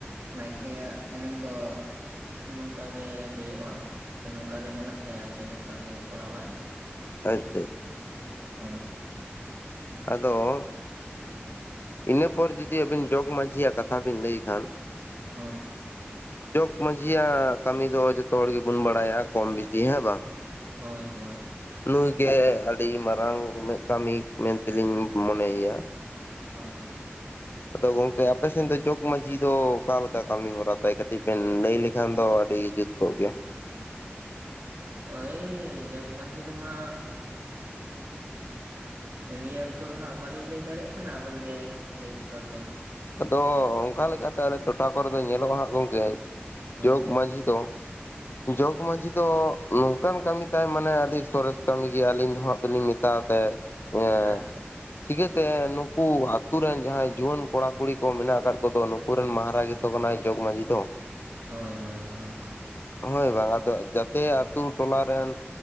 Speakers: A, on the right; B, on the left.
A: ᱱᱟᱭᱠᱮᱭᱟᱜ ᱮᱱᱮᱢ ᱫᱚ᱾ ᱱᱚᱝᱠᱟ ᱜᱮ ᱦᱩᱭᱩᱜ-ᱟ, ᱥᱮ ᱱᱚᱝᱠᱟ ᱜᱮ ᱢᱮᱱᱟᱜ ᱛᱟᱭᱟ ᱟᱨ ᱡᱮ ᱱᱚᱝᱠᱟᱜ ᱜᱮ ᱠᱚᱨᱟᱣᱟᱭ᱾
B: ᱟᱪᱪᱷᱟ᱾
A: ᱦᱳᱭ᱾
B: ᱟᱫᱚ ᱤᱱᱟᱹ ᱯᱚᱨ ᱡᱩᱫᱤ ᱟᱵᱤᱱ ᱡᱚᱜᱽ ᱢᱟᱺᱡᱷᱤᱭᱟᱜ ᱠᱟᱛᱷᱟ ᱵᱤᱱ ᱞᱟᱹᱭ ᱠᱷᱟᱱ
A: ᱦᱳᱭ᱾
B: ᱡᱚᱜ ᱢᱟᱸᱡᱷᱤᱭᱟᱜ ᱠᱟᱹᱢᱤ ᱫᱚ ᱡᱚᱛᱚ ᱦᱚᱲ ᱜᱮᱵᱚᱱ ᱵᱟᱲᱟᱭᱟ ᱠᱚᱢ ᱵᱮᱥᱤ ᱦᱮᱸ ᱵᱟᱝ᱾
A: ᱦᱳᱭ ᱦᱳᱭ᱾
B: ᱱᱩᱭ ᱜᱮ ᱟᱹᱰᱤ ᱢᱟᱨᱟᱝ ᱠᱟᱹᱢᱤ ᱢᱮᱱᱛᱮᱞᱤᱧ ᱢᱚᱱᱮᱭᱮᱭᱟ᱾
A: ᱦᱳᱭ᱾
B: ᱟᱫᱚ ᱜᱚᱢᱠᱮ ᱟᱯᱮᱥᱮᱱ ᱫᱚ ᱡᱚᱜᱽ ᱢᱟᱺᱡᱷᱤ ᱫᱚ ᱚᱠᱟᱮᱠᱟ ᱠᱟᱢᱤ ᱦᱚᱨᱟ ᱛᱟᱭ ᱠᱟᱴᱤᱡ ᱵᱮᱱ ᱞᱟᱹᱭ ᱞᱮᱠᱷᱟᱱ ᱫᱚ ᱟᱹᱰᱤ ᱡᱩᱛ ᱠᱟᱜ ᱜᱮᱭᱟ ᱾
A: ᱳᱭ ᱡᱚᱜᱽ ᱢᱟᱺᱡᱷᱤ ᱫᱚ ᱦᱟᱸᱜ ᱱᱤᱭᱟᱹ ᱚᱠᱛᱚ ᱫᱚ ᱦᱟᱸᱜ ᱵᱟᱞᱤᱧ ᱞᱟᱹᱭ ᱫᱟᱲᱮᱭᱟᱜ ᱠᱟᱱᱟ ᱟᱵᱮᱱ ᱜᱮ ᱞᱟᱹᱭ ᱥᱚᱫᱚᱨ ᱵᱮᱱ᱾
B: ᱟᱫᱚ ᱚᱱᱠᱟ ᱞᱮᱠᱟᱛᱮ ᱟᱞᱮ ᱴᱚᱴᱷᱟ ᱠᱚᱨᱮ ᱫᱚ ᱧᱮᱞᱚᱜ-ᱟ ᱱᱟᱸᱜ ᱜᱚᱢᱠᱮ
A: ᱦᱳᱭ
B: ᱡᱚᱜᱽ ᱢᱟᱺᱡᱷᱤ ᱫᱚ
A: <inaudible>
B: ᱡᱚᱜᱽ ᱢᱟᱺᱡᱷᱤ ᱫᱚ ᱱᱚᱝᱠᱟᱱ ᱠᱟᱢᱤ ᱛᱟᱭ ᱢᱟᱱᱮ ᱟᱹᱰᱤ ᱥᱚᱨᱮᱥ ᱠᱟᱢᱤ ᱜᱮ ᱟᱞᱤᱧ ᱫᱚ ᱦᱟᱸᱜ ᱫᱚᱞᱤᱧ ᱢᱮᱛᱟᱣᱟᱛᱟᱭᱟ᱾ ᱮᱸᱜ
A: ᱟᱪᱪᱷᱟ ᱟᱪᱪᱷᱟ
B: ᱪᱤᱠᱟᱹᱛᱮ ᱱᱩᱠᱩ ᱟᱛᱩ ᱨᱮᱱ ᱡᱟᱦᱟᱸᱭ ᱡᱩᱣᱟᱹᱱ ᱠᱚᱲᱟ ᱠᱩᱲᱤ ᱠᱚ ᱢᱮᱱᱟᱜ ᱟᱠᱟᱫ ᱠᱚᱫᱚ ᱱᱩᱠᱩ ᱨᱮᱱ ᱢᱟᱦᱟᱨᱟ ᱜᱮᱛᱚ ᱠᱟᱱᱟᱭ ᱡᱚᱜᱽ ᱢᱺᱡᱷᱤ ᱫᱚ᱾
A: ᱦᱳᱭ, ᱦᱳᱭ, ᱦᱳᱭ᱾
B: ᱦᱳᱭ ᱵᱟᱝ ᱟᱫᱚ ᱡᱟᱛᱮ ᱟᱛᱩ ᱴᱚᱞᱟ ᱨᱮᱱ